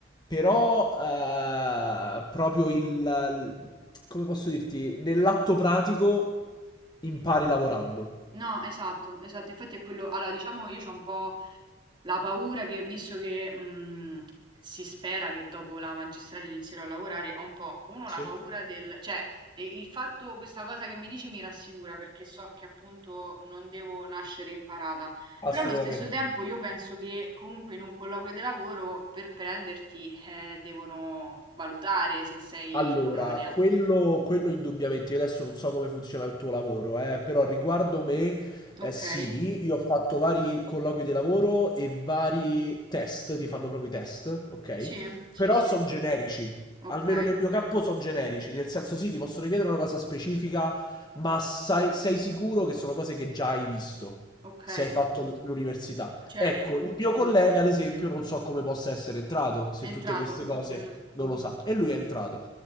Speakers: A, on the left; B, on the right.
A: Però eh, proprio il, il- come posso dirti, nell'atto pratico impari lavorando.
B: No, esatto, esatto. Infatti è quello allora diciamo io c'ho un po' la paura che visto che, mhmm, si spera che dopo la magistrale inizierò a lavorare, ho un po', 1
A: Sì.
B: la paura del cioè, ehm, il fatto questa cosa che mi dici mi rassicura perché so che appunto non devo nascere imparata,
A: Assolutamente.
B: però allo stesso tempo io penso che comunque in un colloquio di lavoro per prenderti, eh, devono valutare se sei
A: Allora,
B: idonea.
A: quello, quello indubbiamente, io adesso non so come funziona il tuo lavoro, eh, però riguardo me, eh,
B: Okay.
A: sì, io ho fatto vari colloqui di lavoro e vari test, ti fanno proprio i test, ok?
B: Sì, sì,
A: Però
B: sì.
A: sono generici,
B: Ok,
A: almeno nel mio campo sono generici, nel senso sì, ti possono chiedere una cosa specifica, ma sai- sei sicuro che sono cose che già hai visto,
B: ok,
A: se hai fatto l- l'università.
B: certo,
A: Ecco, il mio collega, ad esempio, non so come possa essere entrato, se
B: è entrato.
A: tutte queste cose
B: mm.
A: non lo sa, e lui è entrato.